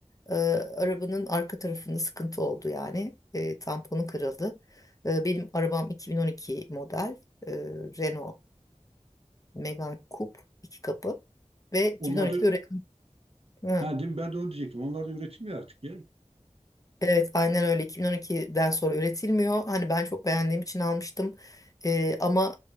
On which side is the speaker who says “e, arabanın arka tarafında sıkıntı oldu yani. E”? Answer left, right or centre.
Left